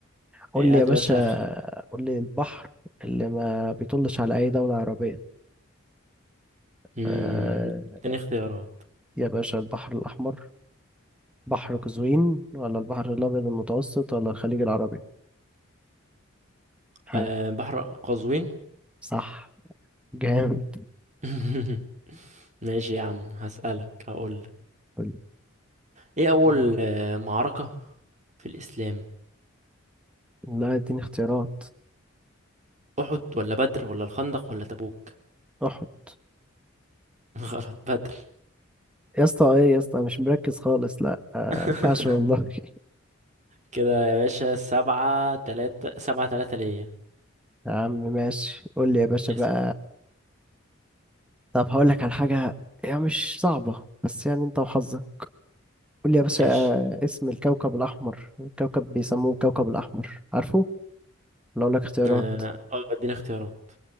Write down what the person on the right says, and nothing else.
ايه
هات
يا باشا اخرك
امم
اديني اختيارات
أه بحر قزوين
<laughs> ماشي يا عم هسألك هقولك
ايه اول
آه، معركة في الاسلام
احد ولا بدر ولا الخندق ولا تبوك
غلط بدر
<laughs>
كده يا باشا سبعة تلاتة سبعة تلاتة ليا
اس-
ماشي
اه آه، اديني اختيارات